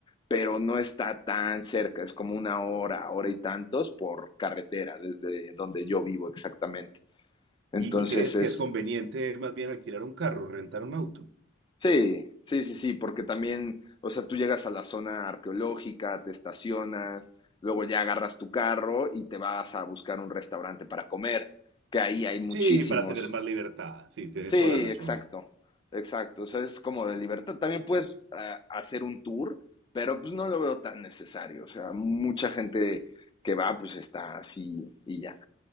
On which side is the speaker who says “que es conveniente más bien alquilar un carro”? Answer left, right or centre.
Right